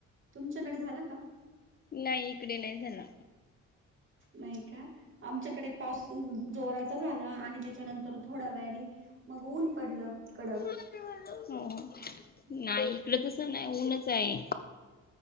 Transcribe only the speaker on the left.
नाही इकडे नाही झाला.
हो हो
नाही इकड तस नाही ऊनच आहे.